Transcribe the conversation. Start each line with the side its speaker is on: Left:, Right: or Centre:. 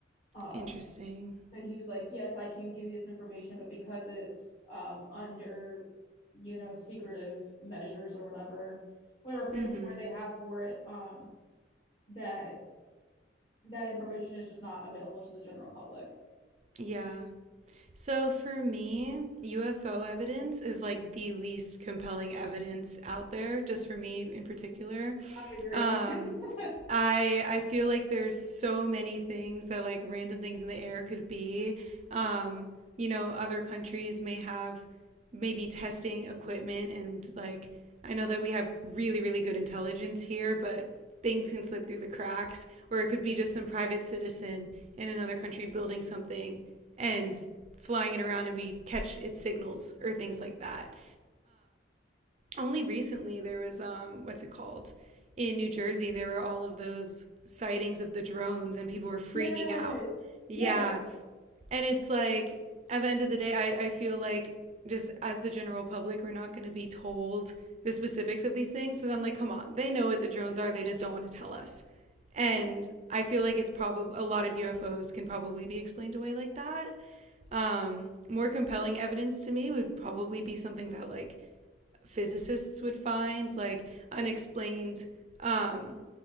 Left: Um
Right: Interesting.
Left: so he was like, "Yes, I can give you this information, but because it's um under, you know, secretive measures or whatever, whatever fancy
Right: Mm-hmm.
Left: word they have for it, um that that information is just not available to the general public.
Right: Yeah. So for me, UFO evidence is like the least compelling evidence out there, just for me in particular.
Left: I agree.
Right: Um,
Left: <laughs>
Right: I I feel like there's so many things that like random things in the air could be. Um, you know, other countries may have maybe testing equipment and like I know that we have really, really good intelligence here, but things can slip through the cracks, or it could be just some private citizen in another country building something and flying it around and we catch its signals or things like that. Only recently there was um what's it called? In New Jersey there were all of those sightings of the drones and people were freaking
Left: Yes.
Right: out. Yeah,
Left: Yes. Yeah.
Right: and it's like, at the end of the day, I, I feel like just as the general public, we're not going to be told the specifics of these things. So I'm like, come on, they know what the drones are. They just don't want to tell us. And I feel like it's probably a lot of UFOs can probably be explained away like that. Um, more compelling evidence to me would probably be something that like physicists would find, like unexplained um,